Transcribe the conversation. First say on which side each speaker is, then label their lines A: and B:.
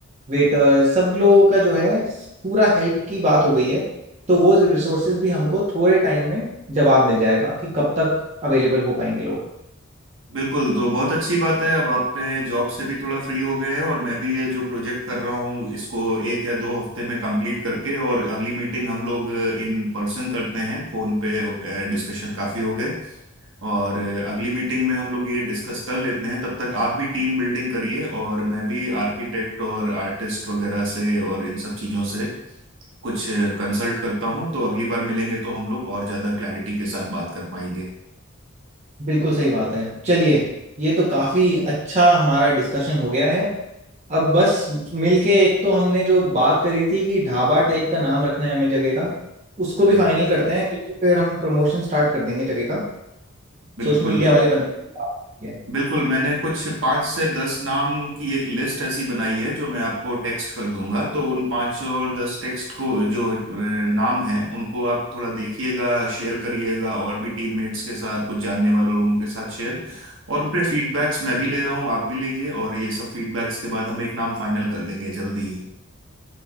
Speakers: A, on the right; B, on the right.
A: वेटर सब लोगों का जो है पूरा हेल्प की बात हो गई है तो वो रिसोर्सेज भी हमको थोड़े टाइम में जवाब मिल जाएगा कि कब तक अवेलेबल हो पाएंगे लोग
B: बिल्कुल तो बहुत अच्छी बात है अब आपने जॉब से भी थोड़ा फ्री हो गए हैं और मैं भी ये जो प्रोजेक्ट कर रहा हूँ इसको एक या दो हफ्ते में कंप्लीट करके और अगली मीटिंग हम लोग इन पर्सन करते हैं फोन पे डिस्कशन काफी हो गए और अ, अगली मीटिंग में हम लोग ये डिस्कस कर लेते हैं तब तक आप भी टीम बिल्डिंग करिए और मैं भी आर्किटेक्ट और आर्टिस्ट वगैरह से और इन सब चीज़ों से कुछ कंसल्ट करता हूँ तो अगली बार मिलेंगे तो हम लोग और ज़्यादा क्लैरिटी के साथ बात कर पाएंगे
A: बिल्कुल सही बात है चलिए ये तो काफ़ी अच्छा हमारा डिस्कशन हो गया है अब बस मिलके एक तो हमने जो बात करी थी कि ढाबा टाइप का नाम रखना है हमें जगह का उसको
B: हम्म
A: भी फाइनल करते हैं क्योंकि फिर हम प्रमोशन स्टार्ट कर देंगे जगह का
B: बिल्कुल
A: सोशल मीडिया वाले बंदे के साथ है।
B: बिल्कुल मैंने कुछ पाँच से दस नाम की एक लिस्ट ऐसी बनाई है जो मैं आपको टेक्स्ट कर दूंगा तो उन पाँच और दस टेक्स्ट को जो अ, नाम हैं उनको आप थोड़ा देखिएगा शेयर करिएगा और भी टीममेट्स के साथ कुछ जानने वाले लोगों के साथ शेयर और उन पे फीडबैक्स मैं भी ले रहा हूँ आप भी लीजिए और ये सब फीडबैक्स के बाद हम एक नाम फाइनल कर देंगे जल्दी ही